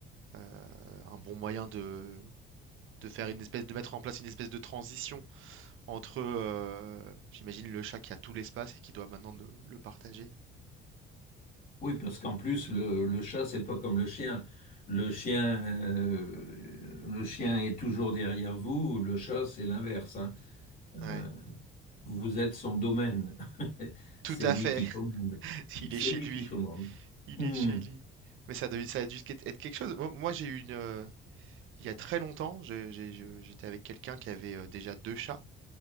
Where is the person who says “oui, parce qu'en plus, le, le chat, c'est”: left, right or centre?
Left